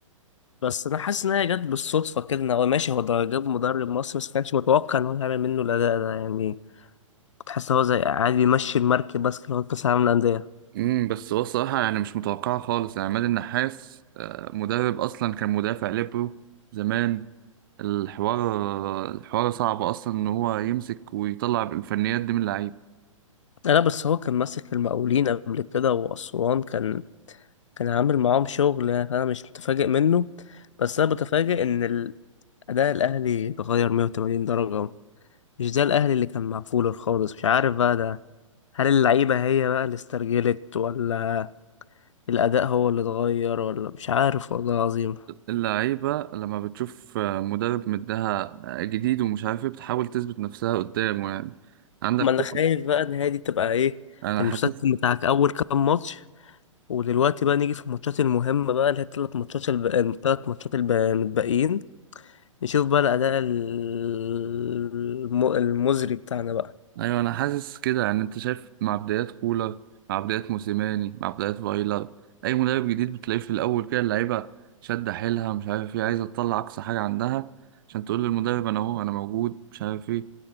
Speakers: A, on the left (about 65°); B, on the right (about 40°).
A: بس أنا حاسس إن هي جت بالصدفة كده إن هو ماشي هو ده جاب مدرب مصري بس كانش متوقع إن هو يعمل منه الأداء ده يعني كنت حاسس إن هو زي عادي يمشي المركب بس كده لغاية كأس العالم للأندية
B: امم بس هو الصراحة يعني مش متوقعة خالص يعني عماد النحاس آه، مدرب أصلا كان مدافع ليبرو زمان الحوار الحوار صعب أصلا إن هو يمسك ويطلع الفنيات دي من اللعيب
A: لا لا، بس هو كان ماسك المقاولين قبل كده وأسوان كان كان عامل معاهم شغل يعني أنا مش متفاجئ منه بس أنا بتفاجئ إن ال- أداء الأهلي اتغير 180 درجة مش ده الأهلي اللي كان مع فولر خالص مش عارف بقى ده هل اللعيبة هي بقى اللي استرجلت ولا الأداء هو اللي اتغير ولا مش عارف والله العظيم
B: اللعيبة لما بتشوف آه، مدرب مدها آه، جديد ومش عارف إيه بتحاول تثبت نفسها قدامه يعني عندك
A: ما أنا
B: كوكا
A: خايف بقى إن هي دي تبقى إيه
B: أنا
A: المسكن
B: حاسس
A: بتاعك أول كام ماتش ودلوقتي بقى نيجي في الماتشات المهمة بقى اللي هي التلات ماتشات الب... التلات ماتشات الب- المتبقيين نشوف بقى الأداء الم... المزري بتاعنا بقى
B: ايوه انا حاسس كده يعني انت شايف مع بدايات كولر مع بدايات موسيماني مع بدايات فايلر اي مدرب جديد بتلاقيه في الاول كده اللعيبه شادة حيلها مش عارف ايه عايزه تطلع اقصى حاجه عندها عشان تقول للمدرب انا اهو انا موجود مش عارف ايه